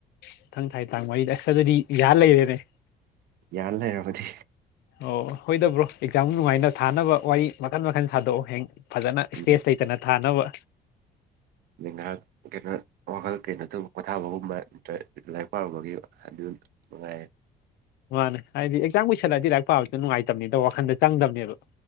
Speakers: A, on the left; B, on the right.
A: ꯏꯊꯪ ꯊꯥꯏ ꯇꯥꯡ ꯋꯥꯔꯤꯗ ꯑꯁꯇꯗꯗꯤ ꯌꯥꯍ ꯂꯩꯔꯦꯅꯦ
B: ꯌꯥꯅ ꯂꯩꯔꯒꯗꯤ
A: ꯑꯣ ꯍꯣꯏꯗꯕ꯭ꯔꯣ ꯑꯦꯛꯖꯥꯝ ꯅꯨꯡꯉꯥꯏꯅ ꯊꯥꯅꯕ ꯋꯥꯔꯤ ꯃꯈꯟ ꯃꯈꯟ ꯁꯥꯗꯣꯛꯑꯣ ꯍꯌꯦꯡ ꯐꯖꯅ
B: ꯎꯝ
A: ꯏꯁꯄꯦꯁ ꯂꯩꯇꯅ ꯊꯥꯅꯕ
B: ꯑꯩ ꯉꯥꯏꯍꯥꯛ ꯀꯩꯅꯣ ꯋꯥꯈꯜ ꯀꯩꯅꯣ ꯇꯧꯕ ꯄꯣꯊꯥꯕꯒꯨꯝꯕ ꯅꯠꯇ꯭ꯔ ꯂꯥꯏꯔꯤꯛ ꯄꯥꯔꯕꯒꯤ ꯑꯗꯨ ꯉ
A: ꯃꯥꯅꯦ ꯍꯥꯏꯗꯤ ꯑꯦꯛꯖꯥꯝ ꯀꯨꯏꯜꯂꯑꯗꯤ ꯂꯥꯏꯔꯤꯛ ꯄꯥꯕꯁꯨ ꯅꯨꯡꯉꯥꯏꯇꯕꯅꯤ ꯑꯗ ꯋꯥꯈꯟꯗ ꯆꯪꯗꯕꯅꯦꯕ